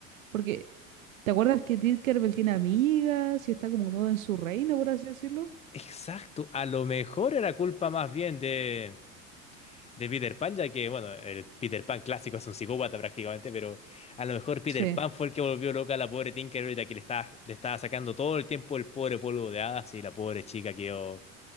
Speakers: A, on the right; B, on the left.
A: porque, ¿te acuerdas que Tinkerbell tiene amigas y está como todo en su reino, por así decirlo?
B: Exacto, a lo mejor era culpa más bien de... de Peter Pan, ya que, bueno, el Peter Pan clásico es un psicópata prácticamente, pero a lo mejor Peter
A: Sí.
B: Pan fue el que volvió loca a la pobre Tinkerbell, ya que le estaba, le estaba sacando todo el tiempo el pobre polvo de hadas y la pobre chica quedó,